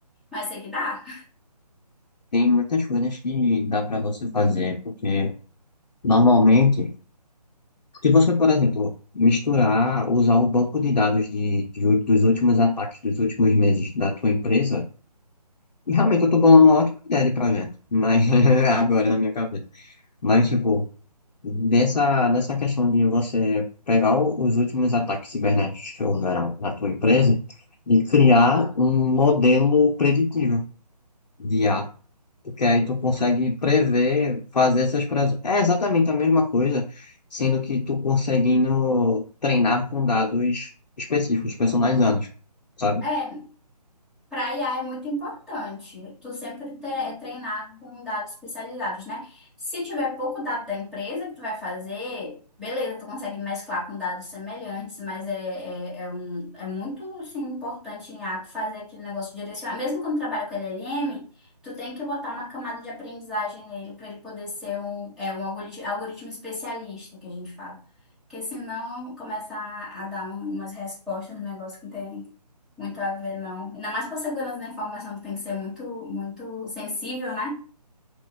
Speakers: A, in the centre; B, on the left.
A: Mas sei que dá.
B: Tem muitas coisas que dá para você fazer, porque normalmente, se você, por exemplo, misturar, usar o banco de dados de, de ú- dos últimos ataques, dos últimos meses da tua empresa, e realmente eu estou falando uma ótima ideia de projeto, mas <laughs> agora na minha cabeça. Mas, tipo, Nessa, nessa questão de você pegar o- os últimos ataques cibernéticos que houveram na tua empresa e criar
A: Aham.
B: um modelo preditivo de IA, porque aí tu consegue prever, fazer essas previsões. É exatamente a mesma coisa, sendo que tu conseguindo treinar com dados específicos, personalizados, sabe?
A: É, Para IA é muito importante tu sempre tre- treinar com dados especializados, né? Se tiver pouco dado da empresa que tu vai fazer, beleza, tu consegue mesclar com dados semelhantes, mas é, é, é, um, é muito assim, importante em ato fazer aquele negócio direcionar. Mesmo quando trabalha com LLM, tu tem que botar uma camada de aprendizagem nele para ele poder ser um, é, um algorit- algoritmo especialista, que a gente fala. Porque senão começa a, a dar um- umas respostas no negócio que não tem. Muito a ver, não. Ainda mais para segurança da informação, que tem que ser muito, muito sensível, né?